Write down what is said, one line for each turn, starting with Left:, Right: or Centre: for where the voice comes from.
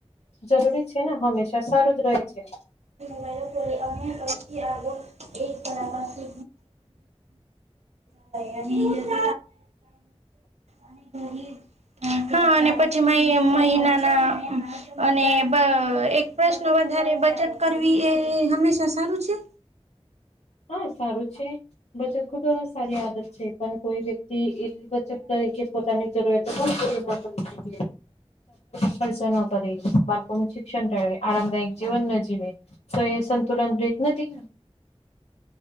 Left: જરૂરી છે ને હંમેશા સારું જ રહે છે.
Right: મોબાઈઇલ લે અને અથી આગો એક પડાકા સુ ખચ્ અને ગરીબ હા અને પછી મહિ મહિનાના અને એક પ્રશ્ન વધારે બચત કરવી એ હંમેશા સારું છે.
Left: હા સારું છે બચત ખુબ સારી દ પણ કોઈ વ્યક્તિ એટલી બચક તરીકે પોતાની જરૂરિયાતો પણ પૂરી ના કરી શકીએ ખર્ચ ન કરે બાળકોનું શિક્ષણ ટાળ આરામદાયક જીવન ન જીવે તો એ સંતુલન રીત નથી ને